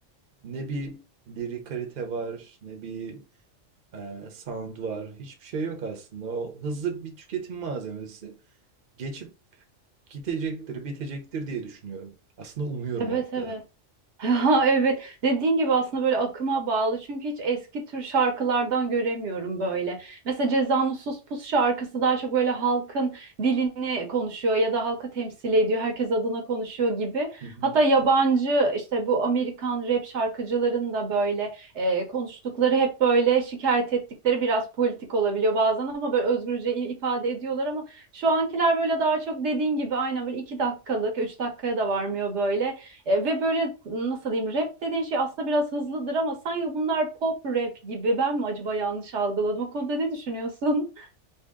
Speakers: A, on the right; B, on the right.
A: ne bir lirik var, ne bir e, sound var, hiçbir şey yok aslında. O hızlı bir tüketim malzemesi. Geçip Gidecektir, bitecektir diye düşünüyorum. Aslında umuyorum
B: Evet
A: hatta.
B: evet. <laughs> Ha, evet dediğin gibi aslında böyle akıma bağlı çünkü hiç eski tür şarkılardan göremiyorum böyle. Mesela Ceza'nın Sus Pus şarkısı daha çok böyle halkın dilini konuşuyor ya da halkı temsil ediyor. Herkes adına konuşuyor gibi.
A: Hı hı.
B: Hatta yabancı işte bu Amerikan rap şarkıcıların da böyle e, konuştukları hep böyle şikayet ettikleri biraz politik olabiliyor bazen ama böyle özgürce i- ifade ediyorlar ama şu ankiler böyle daha çok dediğin gibi aynen böyle iki dakikalık üç dakikaya da varmıyor böyle e, ve böyle nasıl diyeyim rap dediğin şey aslında biraz hızlıdır ama sanki bunlar pop rap gibi. Ben mi acaba yanlış algıladım? O konuda ne düşünüyorsun? <laughs>